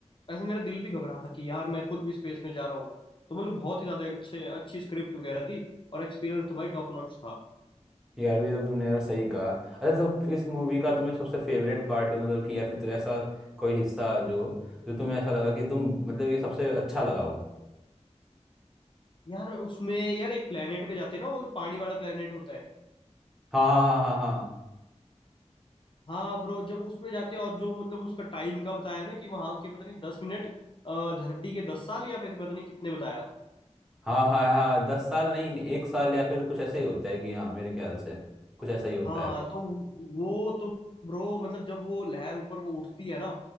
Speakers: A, on the left; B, in the centre.
A: ऐसे मेरा दिल भी घबरा था कि यार मैं खुद भी स्पेस में जा रहा हूँ तो मतलब बहुत ही ज्यादा अच्छे अच्छी स्क्रिप्ट वगैरह थी और एक्सपीरियंस तो भाई टॉप नॉच था
B: यार भी तो तुमने यार सही कहा अच्छा तो इस मूवी का तुम्हें सबसे फेवरेट पार्ट क्या मतलब कि या फिर तो ऐसा कोई हिस्सा जो जो तुम्हें ऐसा लगा कि तुम मतलब ये सबसे अच्छा लगा हो
A: यार उसमें यार एक प्लेनेट पे जाते हैं ना वो पानी वाला प्लेनेट होता है
B: हाँ हाँ हाँ हाँ
A: हाँ ब्रो जब उसमें जाते हैं और जो मतलब उसका टाइम का बताया ना कि वहां के पता नहीं दस मिनट अ, धरती के दस साल या फिर पता नहीं कितने बताया
B: हाँ हाँ हाँ हाँ दस साल नहीं नहीं एक साल या फिर कुछ ऐसे ही होता है कि हाँ मेरे ख्याल से कुछ ऐसा ही होता
A: हाँ
B: है
A: तो वो तो ब्रो मतलब जब वो लहर ऊपर को उठती है ना